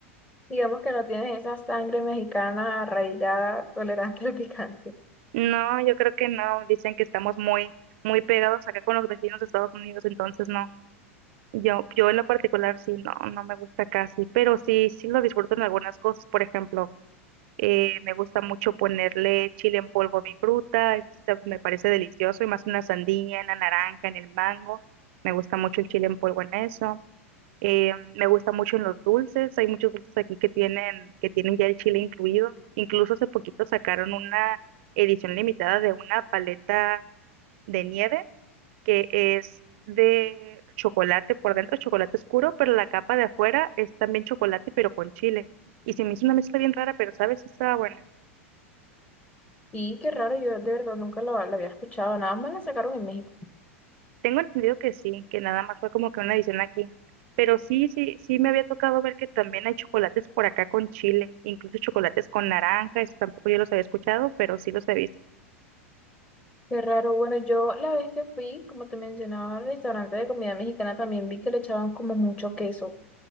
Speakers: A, on the left; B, on the right.
A: Digamos que no tienes esa sangre mexicana arraigada, tolerante al picante.
B: No, yo creo que no. Dicen que estamos muy, muy pegados acá con los vecinos de Estados Unidos, entonces no. Yo, yo en lo particular sí, no, no me gusta casi, pero sí, sí lo disfruto en algunas cosas. Por ejemplo, eh, me gusta mucho ponerle chile en polvo a mi fruta, eso está- me parece delicioso, y más en la sandía, en la naranja, en el mango. Me gusta mucho el chile en polvo en eso. Eh, me gusta mucho en los dulces, hay muchos dulces aquí que tienen, que tienen ya el chile incluido. Incluso hace poquito sacaron una edición limitada de una paleta de nieve que es de chocolate por dentro, chocolate oscuro, pero la capa de afuera es también chocolate, pero con chile. Y se me hizo una mezcla bien rara, pero sabes, está buena.
A: Y qué raro, yo de verdad nunca lo, lo había escuchado, nada más la sacaron en México.
B: Tengo entendido que sí, que nada más fue como que una edición aquí. Pero sí, sí, sí me había tocado ver que también hay chocolates por acá con chile, incluso chocolates con naranja, eso tampoco yo los había escuchado, pero sí los he visto.
A: Qué raro, bueno, yo la vez que fui, como te mencionaba, al restaurante de comida mexicana también vi que le echaban como mucho queso